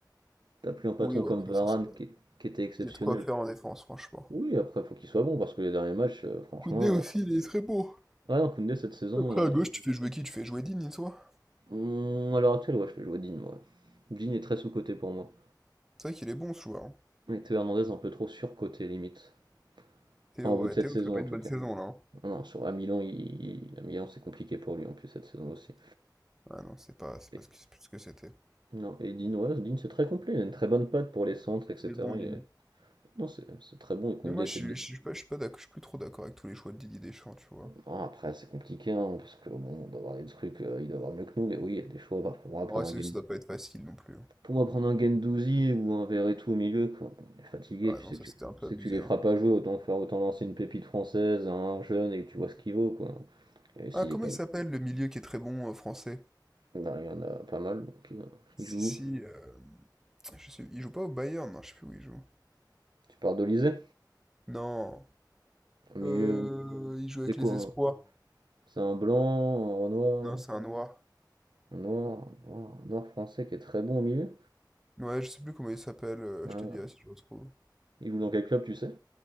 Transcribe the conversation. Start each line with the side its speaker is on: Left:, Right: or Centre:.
Right: T'as plus un patron
Centre: Oui, bon,
Right: comme
Centre: après,
Right: Varane
Centre: ça, ça va.
Right: qui, qui était exceptionnel.
Centre: Il y a de quoi faire en défense, franchement.
Right: Oui, après, faut qu'il soit bon parce que les derniers matchs, euh, franchement.
Centre: Koundé aussi,
Right: euh,
Centre: il est très beau.
Right: Ouais, non, Koundé, cette saison,
Centre: Après,
Right: euh,
Centre: à gauche, tu fais jouer qui? Tu fais jouer Digne, toi?
Right: hum, à l'heure actuelle, ouais, je fais jouer Digne, moi. Digne est très sous-coté pour moi.
Centre: C'est vrai qu'il est bon, ce joueur. hein.
Right: Et Théo Hernandez, un peu trop surcoté, limite.
Centre: Théo,
Right: Pas en vue
Centre: ouais,
Right: de cette
Centre: Théo
Right: saison,
Centre: fait pas
Right: en
Centre: une
Right: tout
Centre: bonne
Right: cas.
Centre: saison, là. hein.
Right: Non, non, sur à Milan, il à Milan, c'est compliqué pour lui en plus cette saison aussi.
Centre: Ah non, c'est pas, c'est
Right: Et-
Centre: pas ce que, c'est plus ce que c'était.
Right: non, et Dean, ouais, Dean, c'est très complet, il a une très bonne patte pour les centres, etc.
Centre: Il est bon, Digne.
Right: Il est- non, c'est c'est très bon, et Koundé,
Centre: Mais moi, je
Right: c'est
Centre: suis,
Right: deux.
Centre: je suis pas, je suis pas d'accord, je suis plus trop d'accord avec tous les choix de Didier Deschamps, tu vois.
Right: Bon, après, c'est compliqué, hein, parce que bon, on doit avoir des trucs, euh, il doit avoir mieux que nous, mais oui, il y a des choix. bah, pour moi, prendre
Centre: En vrai, c'est
Right: un Gen...
Centre: que ça doit pas être facile non plus. hein.
Right: pour moi, prendre un Gendouzi ou un Verretou au milieu, quoi. Bon, on est fatigué,
Centre: Ah
Right: tu
Centre: non,
Right: sais
Centre: ça,
Right: que tu...
Centre: c'était
Right: tu
Centre: un peu
Right: sais
Centre: abusé,
Right: que tu les
Centre: hein.
Right: feras pas jouer, autant faire, autant lancer une pépite française à un jeune et que tu vois ce qu'il vaut, quoi. Et s'il
Centre: Ah, comment
Right: est pas
Centre: il
Right: bon,
Centre: s'appelle, le milieu qui est très bon, euh, français?
Right: bah, il y en a pas mal, donc euh, il
Centre: Si,
Right: joue.
Centre: si, euh, je sais, il joue pas au Bayern, non, je sais plus où il joue.
Right: Tu pars d'Olysée?
Centre: Non.
Right: Au milieu,
Centre: Euh, il joue avec
Right: C'est quoi?
Centre: les espoirs.
Right: un- C'est un blanc, un noir,
Centre: Non, c'est un noir.
Right: un noir, un noir, un noir français qui est très bon au milieu?
Centre: Ouais, je sais plus comment il s'appelle. euh,
Right: Ah,
Centre: je te dirai si je le retrouve.
Right: il joue dans quel club, tu sais?